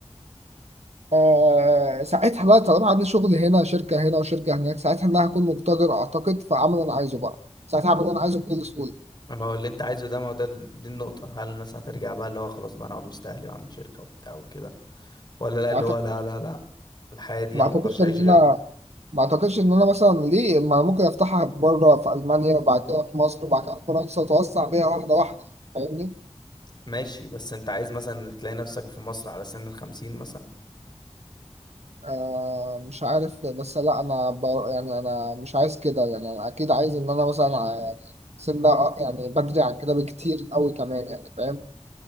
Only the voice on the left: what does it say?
اما هو اللي انت عايزه ده ما هو ده ال- دي النقطة هل الناس هترجع بقى اللي هو خلاص بقى انا اقعد وسط اهلي واعمل شركة وبتاع وكده ولا لا اللي
هو لا لا لا الحياة دي
انا
ما اقدرش اعيش
غيرها
ماشي بس انت عايز مثلا تلاقي نفسك في مصر على سن الخمسين مثلا